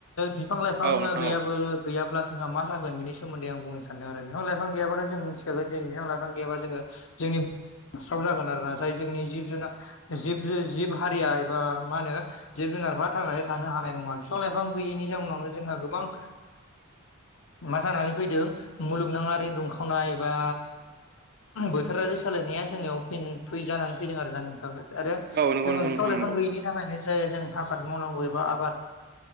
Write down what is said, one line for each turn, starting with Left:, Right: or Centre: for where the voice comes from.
Left: बिफां लाइफां
Right: औ नोंथां
Left: गैयाबो
Right: औ
Left: गैयाब्ला जोंहा मा जोन बेनि सोमोन्दै आं बुंनो सानदों आरो बिफां लाफां गैयाबाथ जों मिथिखागोन जों बिफां लाइफां गैयाब्ला जोङो जोंनि हास्राव जागोन आरो ना जाय जोंनि जिब जुनार जिब जिब हारिया एबा मा होनो जिब जुनारफ्रा थांनानै थानो हानाय नङा बिफां लाइफां गैयैनि जाउनावनो जोंहा गोबां मा जानानै फैदों मुलुगनाङारि दुंखावनाय बा बोथोरारि सोलायनाया जोंनियाव फै जानानै फैदों आरो ना नोंथां आरो
Right: औ नंगौ
Left: जोंनो
Right: नंगौ
Left: बिफां
Right: नोंथां
Left: लाइफां
Right: नंगौ
Left: गैयिनि नि थाखायनो जायो जों आबाद मावनांगौ एबा आबाद